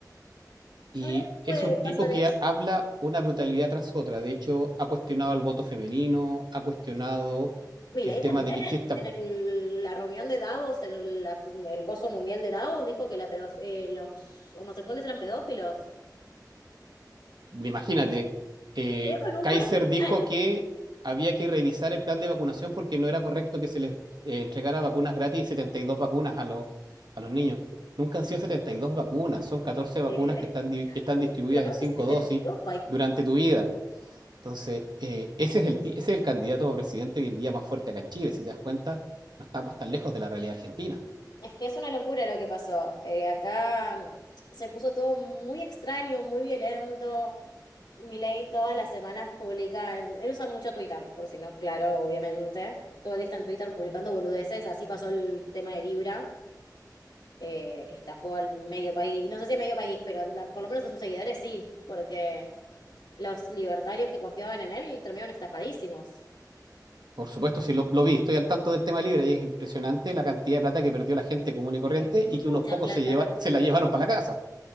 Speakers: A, on the right (about 80°); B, on the left (about 80°).
A: Y
B: no le puede
A: es un
B: pasar
A: tipo que
B: eso.
A: habla una brutalidad tras otra. De hecho, ha cuestionado el voto femenino, ha cuestionado
B: Milei
A: el tema
B: también,
A: de que exista.
B: en el- la reunión de Davos, el, la fu- el coso mundial de Davos, dijo que la pedof- eh, los homosexuales eran pedófilos.
A: Imagínate, eh,
B: Y lo dijo en un
A: Kaiser
B: foro mundial.
A: dijo que había que revisar el plan de vacunación porque no era correcto que se les eh, entregara vacunas gratis y 72 vacunas a los, a los niños. Nunca han sido 72 vacunas, son 14 vacunas
B: ¿Eh?
A: que están, di- que están distribuidas
B: Pero aparte,
A: en 5
B: setenta
A: dosis
B: y dos?
A: durante tu vida. Entonces, eh, ese, es el, ti- ese es el candidato a presidente hoy en día más fuerte acá en Chile. Si te das cuenta, no estamos tan lejos de la realidad argentina.
B: Es que es una locura lo que pasó. Eh, acá mm, se puso todo muy extraño, muy violento. Milei todas las semanas publica, en- él usa mucho Twitter, por si no es claro, obviamente. Todo el día está en Twitter publicando boludeces. Así pasó el tema de Libra, eh, que estafó al medio país. No sé si a medio país, pero la- por lo menos a sus seguidores sí, porque los libertarios que confiaban en él terminaron estafadísimos.
A: Por supuesto, sí lo, lo vi, estoy al tanto del tema libre y es impresionante la cantidad de plata que perdió la gente común y corriente
B: Es mucha
A: y que unos pocos
B: plata
A: se, lleva,
B: lo que estudió.
A: se la llevaron para la casa.